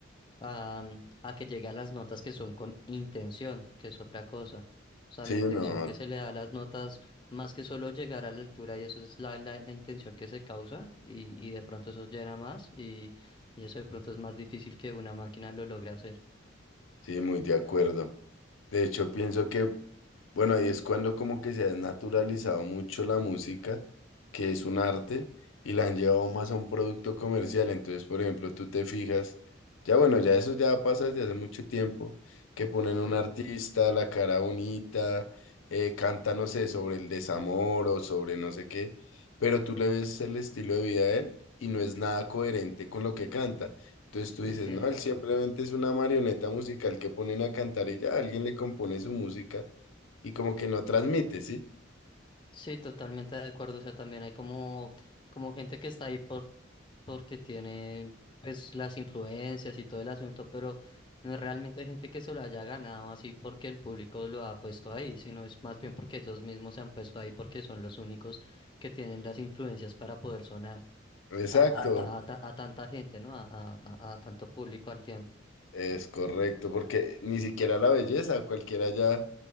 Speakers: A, on the left; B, on the left.
A: a, a que llegue a las notas que son con intención, que es otra cosa. O sea, la
B: Sí,
A: intención
B: no,
A: que se le da a las notas, más que solo llegar a la altura, y eso es la, la, la intención que se causa, y, y de pronto eso llena más, y, y eso de pronto es más difícil que una máquina lo logre hacer.
B: sí, muy de acuerdo. De hecho, pienso que Bueno, ahí es cuando como que se ha naturalizado mucho la música, que es un arte, y la han llevado más a un producto comercial. Entonces, por ejemplo, tú te fijas, ya bueno, ya eso ya pasa desde hace mucho tiempo, que ponen un
A: Sí.
B: artista, la cara bonita, eh, canta, no sé, sobre el desamor o sobre no sé qué, pero tú le ves el estilo de vida de él y no es nada coherente con lo que canta. Entonces tú dices,
A: Okay.
B: no, él simplemente es una marioneta musical que ponen a cantar y ya alguien le compone su música y como que no transmite, ¿sí?
A: Sí, totalmente de acuerdo. O sea, también hay como, como gente que está ahí por, porque tiene pues las influencias y todo el asunto, pero no es realmente gente que se lo haya ganado así porque el público lo ha puesto ahí, sino es más bien porque ellos mismos se han puesto ahí porque son los únicos que tienen las influencias para poder sonar
B: Exacto,
A: a, a, ta- a ta- a tanta gente, ¿no? A, a, a a tanto público al tiempo.
B: es correcto, porque ni siquiera la belleza, cualquiera ya